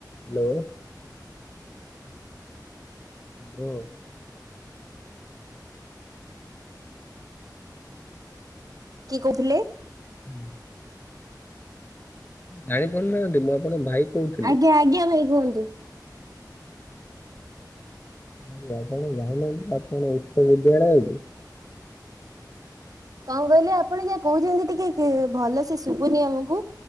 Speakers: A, on the left; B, on the right.
A: Hello. Hello.
B: କିଏ କହୁଥିଲେ?
A: ହୁଁ। ଜାଣିପାରୁନାହାନ୍ତି ମୁଁ ଆପଣଙ୍କ ଭାଇ କହୁଥିଲି।
B: ଆଜ୍ଞା ଆଜ୍ଞା ଭାଇ କୁହନ୍ତୁ।
A: <unintelligible> ଆପଣ ଯାଉନାହାନ୍ତି ଆପଣ ଉଚ୍ଚ ବିଦ୍ୟାଳୟକୁ?
B: କଣ କହିଲେ? ଆପଣ ଯାହା କହୁଛନ୍ତି ଟିକେ କି ଭଲସେ ଶୁଭୁନି ଆମୁକୁ।